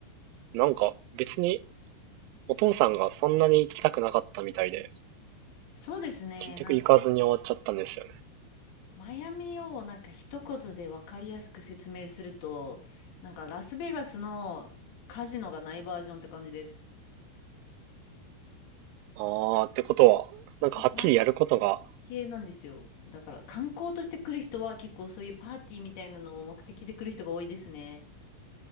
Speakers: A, on the right; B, on the left.
A: なんか別にお父さんがそんなに行きたくなかったみたいで、
B: そうですね。
A: 結局行かずに終わっちゃったんですよね。
B: なんかマイアミをなんか一言で分かりやすく説明すると、なんかラスベガスのカジノがないバージョンって感じです。
A: あーってことは、なんかはっきりやることが、
B: もうパーティー系なんですよ。だから観光として来る人は結構そういうパーティーみたいなのを目的で来る人が多いですね。